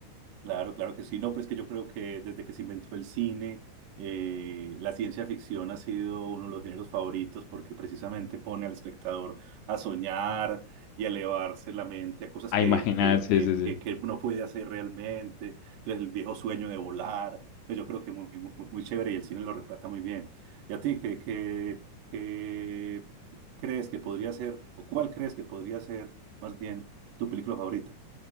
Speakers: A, on the right; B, on the left.
A: Claro, claro que sí. No, pero es que yo creo que desde que se inventó el cine, eh, la ciencia ficción ha sido uno de los géneros favoritos porque precisamente pone al espectador a soñar y a elevarse la mente a cosas
B: A
A: que,
B: imaginar,
A: que,
B: sí,
A: que,
B: sí,
A: que,
B: sí.
A: que no puede hacer realmente. Entonces, el viejo sueño de volar, pues yo creo que muy, muy, muy chévere y el cine lo retrata muy bien. ¿Y a ti qué, qué, qué crees que podría ser, o cuál crees que podría ser más bien tu película favorita?